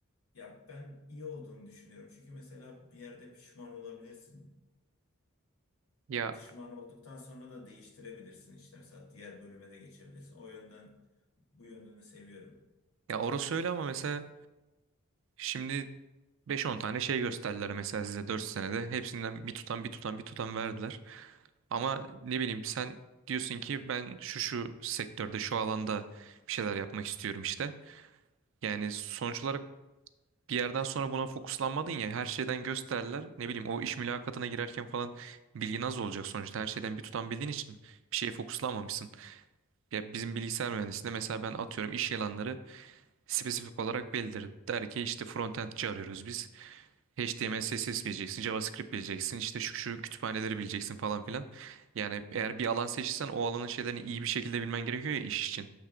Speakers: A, on the left; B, on the right.
A: ya ben iyi olduğunu düşünüyorum. Çünkü mesela bir yerde pişman olabilirsin.
B: Ya
A: Pişman olduktan sonra da değiştirebilirsin. İşte mesela diğer bölüme de geçebilirsin. O yönden bu yönünü seviyorum.
B: ya orası öyle ama mesela şimdi beş on tane şey gösterdiler mesela size 4 senede. Hepsinden bir tutam bir tutam bir tutam verdiler. Ama ne bileyim sen diyorsun ki ben şu şu sektörde şu alanda bir şeyler yapmak istiyorum işte. Yani sonuç olarak bir yerden sonra buna fokuslanmadın ya her şeyden gösterdiler. Ne bileyim o iş mülakatına girerken falan bilgin az olacak sonuçta. Her şeyden bir tutam bildiğin için bir şeye fokuslanmamışsın. Ya bizim bilgisayar mühendisliğinde mesela ben atıyorum iş ilanları spesifik olarak belirtir. Der ki işte frontendçi arıyoruz biz. HTML, CSS bileceksin, JavaScript bileceksin, işte şu şu kütüphaneleri bileceksin falan filan. Yani eğer bir alan seçsen o alanın şeylerini iyi bir şekilde bilmen gerekiyor ya iş için.